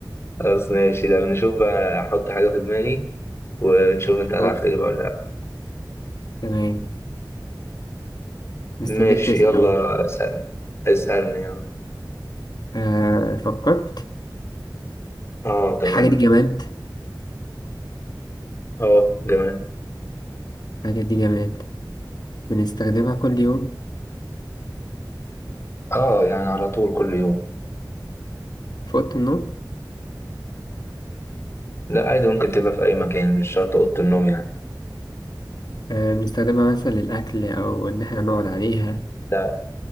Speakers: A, on the left (about 35°); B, on the left (about 60°).
A: خلاص ماشي ده بنشوف بقى احط حاجة في دماغي ونشوف انت هتعرف
B: حط
A: تجيبها ولا لا
B: تمام مستنيك
A: ماشي
B: تسأل
A: يلا
B: أهو
A: اسألني اسألني يلا
B: آه، فكرت
A: اه تمام
B: الحاجة دي جماد
A: اه جميل
B: الحاجة دي جماد بنستخدمها كل يوم
A: اه يعني على طول كل يوم
B: في أوضة النوم
A: لا عادي ممكن تبقى في اي مكان مش شرط اوضة النوم يعني
B: آه، بنستخدمها مثلا للأكل أو إن إحنا نقعد عليها
A: لا